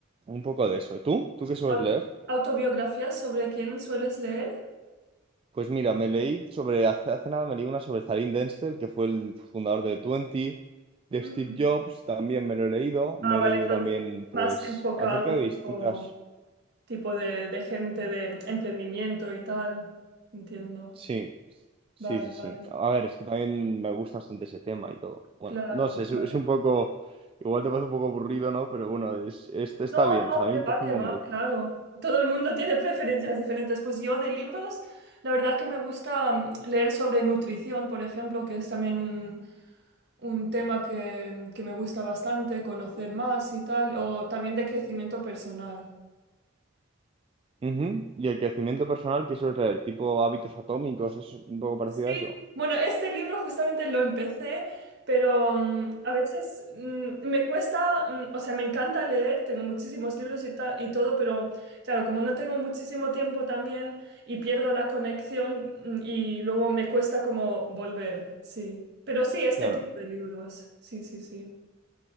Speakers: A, on the right; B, on the right.
A: un poco de eso. ¿Tú? ¿Tú qué sueles
B: Au-
A: leer?
B: ¿Autobiografías sobre quién sueles leer?
A: Pues mira, me leí sobre, hace, hace nada me leí una sobre Zalín Denzel, que fue el fundador de Twenty, de
B: Mm.
A: Steve Jobs, también me lo he leído, me
B: Ah, vale,
A: he leído
B: entonces
A: también, pues,
B: más enfocado
A: acerca de
B: tipo,
A: distintas...
B: tipo de, de gente de emprendimiento y tal. Entiendo.
A: Sí, sí,
B: Vale,
A: sí, sí.
B: vale.
A: A ver, es que también me gusta bastante ese tema y todo. Bueno,
B: Claro,
A: no sé, es,
B: claro.
A: es un poco, igual te parece un poco aburrido, ¿no? Pero bueno, es, este está
B: No,
A: bien,
B: no,
A: o sea, a mí,
B: que va,
A: por ejemplo,
B: que va,
A: me gusta.
B: claro. Todo el mundo tiene preferencias
A: Y,
B: diferentes. Pues yo de libros, la verdad que me gusta mm, leer sobre nutrición, por ejemplo, que es también un, un tema que, que me gusta bastante, conocer más y tal, o también de crecimiento personal.
A: Ujú, y el crecimiento personal, que eso es el tipo hábitos atómicos, es un poco parecido
B: Sí,
A: a eso.
B: bueno, este libro justamente lo empecé, pero mm, a veces mm, me cuesta, mm, o sea, me encanta leer, tengo muchísimos libros y, ta- y todo, pero claro, como no tengo muchísimo tiempo también y pierdo la conexión mm, y luego me cuesta como volver, sí. Pero sí, este
A: Claro,
B: tipo de libros, sí, sí, sí.